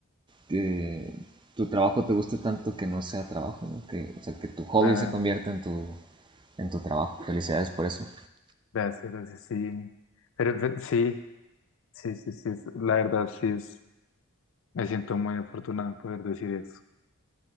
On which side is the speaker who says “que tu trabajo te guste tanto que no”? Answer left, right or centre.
Right